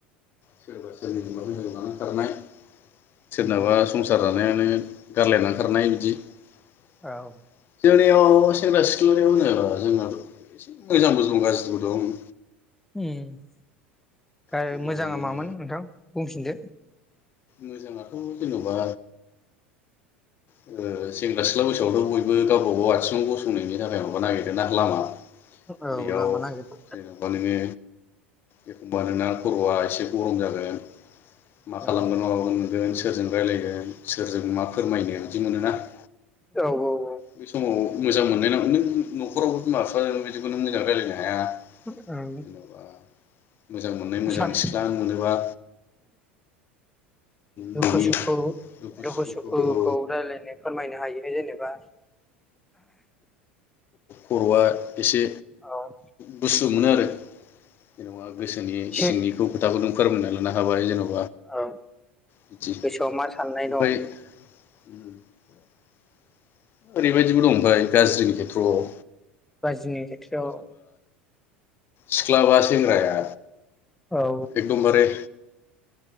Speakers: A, on the left (about 35°); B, in the centre.
A: सोरबा सोरनिखौबा <unintelligible> खारनाय सोरनाबा
B: उम
A: संसारा नायानो गारलायनानै खारनाय इदि <unintelligible>
B: औ उम
A: याव सेंग्रा सिख्लानियाव होनोबा जोंहाथ' एसे मोजांबो दं गाज्रिबो दं।
B: उम <unintelligible>
A: जेन'बा
B: मोजाङा
A: नोङो
B: मामोन नोंथां बुंफिनदो।
A: मोजाङाथ' जेन'बा ओ सेंग्रा सिख्ला बैसोआवथ' बयबो गावबागाव आथिङाव गसंनायनि थाखाय माबा नागिरो ना लामा
B: औ
A: बेयाव
B: लामा नागिरो
A: जेनेबा नोङो एखमबा नोंना खर'आ एसे गरम जागोन। मा खालामगोन
B: औ
A: मा मागोन नुगोन सोरजों रायलायगोन सोरजों मा फोरमायनो बिदि मोनोना ।
B: औ औ ।
A: बे समाव मोजां मोन <unintelligible> नों नख'रावबो बिमा-बिफाजों बिदिखौ नों मोंजां रायज्लायनो हाया ।
B: मानो
A: जेन'बा मोजां मोननाय मोजां
B: सान
A: सिख्ला मोनोबा
B: दुखु-सुखु
A: नोंनि दुखु
B: दुखु-सुखुखौ
A: सुखुखौ
B: रायलायनो फोरमायनो हायोहाय जेने बा
A: उम <unintelligible> एसे
B: औ
A: गुसु मोनो आरो । जेने'बा गोसोनि
B: एसे
A: सिंनिखौ खोथाखौ नों फोरमायनाय नो हाबाय जेनबा
B: औ
A: बिदि
B: गोसोआव मा साननाय
A: ओमफ्राय
B: दं?
A: <inaudible> ओरैबायदिबो दं ओमफ्राय गाज्रिनि खेथ्र'वाव
B: बायजोनि खेथ्र'वाव
A: सिख्लाबा सेंग्राया
B: औ
A: एकदम बारे